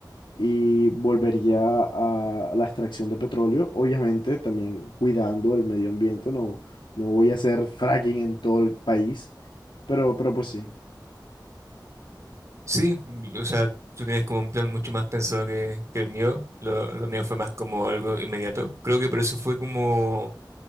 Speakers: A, on the left; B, on the right.
A: y volvería a la extracción de petróleo, obviamente también cuidando el medio ambiente, no, no voy a hacer fracking en todo el país, pero, pero pues sí.
B: Sí, mm, o sea, tú tienes como un plan mucho más pensado que, que el mío. Lo, lo mío fue más como algo inmediato. Creo que por eso fue como